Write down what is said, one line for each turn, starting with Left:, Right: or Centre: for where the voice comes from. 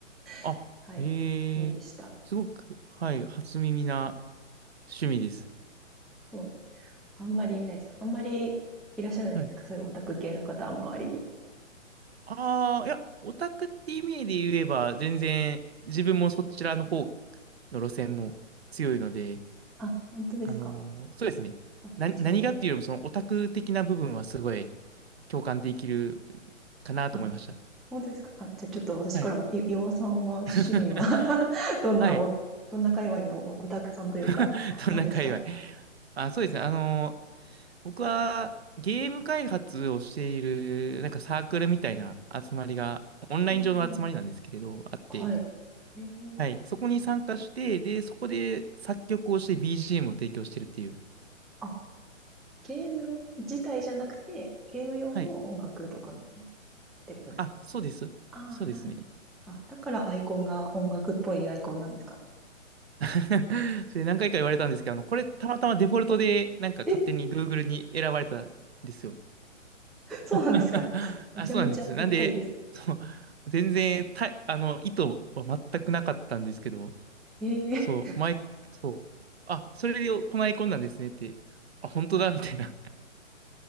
Right: あ、
Centre: <laughs> はい、
Right: へえ、
Centre: 意味でした。
Right: すごく、はい、初耳な趣味です。
Centre: そうですね。あんまり見ないですかあんまりいらっしゃらないですかそういうオタク系の方は周りに。
Right: はい。ああ、いや、オタクって意味で言えば、全然、自分もそちらの方の路線も強いので、
Centre: あ、本当ですか
Right: あのーそうですね。
Centre: あ、
Right: な、
Centre: ちなみに。
Right: 何がっていうよりも、そのオタク的な部分はすごい、共感できるかなと思いました。
Centre: あ、本当ですかあ、じゃあちょっと私からも、
Right: はい。
Centre: い岩尾さんは趣味は
Right: <laughs>
Centre: <laughs> どんなお、
Right: はい。
Centre: どんな界隈のオタクさんというか、
Right: <laughs> どんな界隈。
Centre: 何ですか
Right: あ、そうですね。あの、僕はゲーム開発をしている、なんかサークルみたいな集まりが、オンライン上の集まりなんですけれど、
Centre: おー
Right: あって、
Centre: はい。へー
Right: はい。そこに参加して、で、そこで作曲をして BGM を提供してるっていう。
Centre: あ、ゲーム自体じゃなくて、ゲーム用の音楽とかっ
Right: はい。
Centre: てことですか
Right: あ、そうです。
Centre: ああ、
Right: そうですね。
Centre: なるほど。あ、だからアイコンが音楽っぽいアイコンなんですか
Right: <laughs> それ何回か言われたんですけど、あの、これたまたまデフォルトで、なんか勝手に
Centre: え、
Right: Google に選ばれたんですよ。
Centre: そうなんですかめちゃめちゃぴったりです。
Right: <laughs> あ、そうなんです。なんで、そう、全然た、あの、意図は全くなかったんですけど、
Centre: ええ
Right: そう、前、そう、あ、それをこないこんなんですねって、あ、本当だ、みたいな。